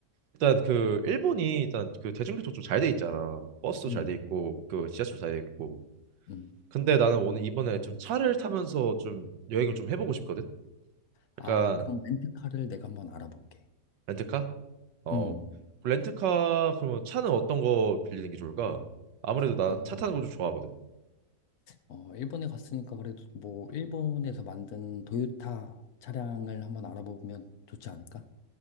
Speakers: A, on the right (about 80°); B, on the left (about 65°).
A: 일단 그 일본이 일단 그 대중교통 좀 잘 돼 있잖아. 버스도 잘
B: 음,
A: 돼 있고 그 지하철 잘 돼 있고.
B: 음.
A: 근데 나는 오늘 이번에 좀 차를 타면서 좀 여행을 좀 해보고 싶거든.
B: 아,
A: 약간
B: 그럼 렌트카를 내가 한번 알아볼게.
A: 렌트카? 어,
B: 음,
A: 그 렌트카 그러면 차는 어떤 거 빌리는 게 좋을까? 아무래도 나
B: 어.
A: 차 타는 거 좀 좋아하거든.
B: 어, 일본에 갔으니까 그래도 뭐 일본에서 만든 도요타 차량을 한번 알아보면 좋지 않을까?